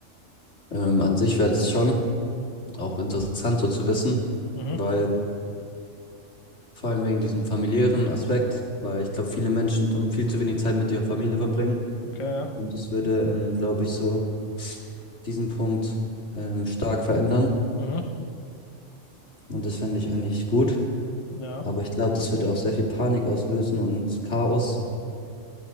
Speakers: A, on the left; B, on the left.
A: ähm, an sich wäre es schon auch interessant so zu wissen,
B: Mhm,
A: weil vor allem wegen diesem familiären Aspekt, weil ich glaube, viele Menschen tun viel zu wenig Zeit mit ihrer Familie verbringen
B: okay, ja.
A: und das würde, ähm, glaube ich, so diesen Punkt ähm, stark verändern
B: Mhm,
A: und das fände ich eigentlich gut,
B: ja,
A: aber ich glaube, das würde auch sehr viel Panik auslösen und Chaos,